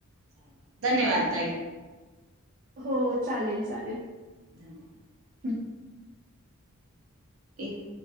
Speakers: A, on the right; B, on the right.
A: चा धन्यवाद ताई.
B: हो चालेल-चालेल.
A: धन्यवाद.
B: हम्.
A: एक.